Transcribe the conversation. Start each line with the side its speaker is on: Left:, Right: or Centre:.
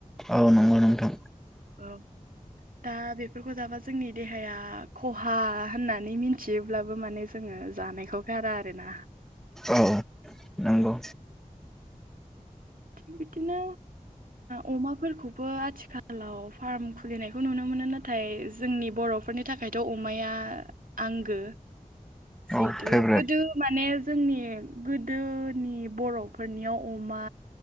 Centre: औ नंगौ नोंथां
Right: द दा बेफोरखौ जाबा जोंनि देहाया खहा होननानै मिथियोब्लाबो माने जोङो जानायखौ गारा आरोना
Centre: औ नंगौ
Right: थि बिदिनो ओ अमाफोरखौबो आथिखालाव फार्म खुलिनायखौ नुनो मोनो नाथाय जोंनि बर' फोरनि थाखायथ' अमाया आंगो जिहेथु
Centre: औ फेभरेट
Right: गोदो माने जोंनि गोदोनि बर'फोरनियाव अमा